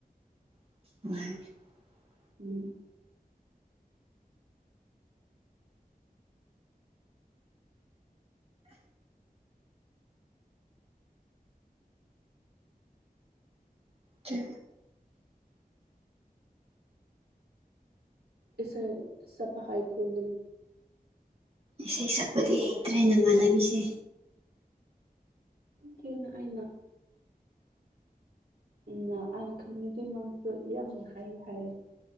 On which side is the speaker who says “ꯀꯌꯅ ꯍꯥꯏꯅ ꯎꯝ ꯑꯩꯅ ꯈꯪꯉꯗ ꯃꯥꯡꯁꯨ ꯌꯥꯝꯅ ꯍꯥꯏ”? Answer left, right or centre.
Right